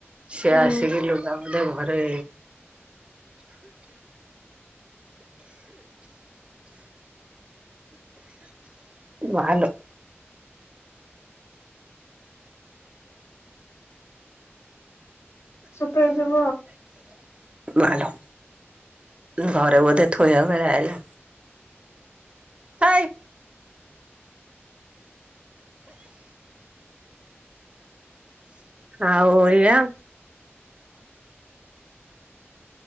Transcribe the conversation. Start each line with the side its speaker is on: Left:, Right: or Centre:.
Right: ସେ
Left: ହୁଁ
Right: ଆସିକି ଲୁଗା ବୋଧେ ଘରେ ମାଆଲୋ
Left: ଶୁକ୍ରବାର ସବୁ
Right: ମାଆଲୋ ଘରେ ବୋଧେ ଥୋଇବାକୁ ଆଇଲା ହାୟ ଆଉ ଏଇଆ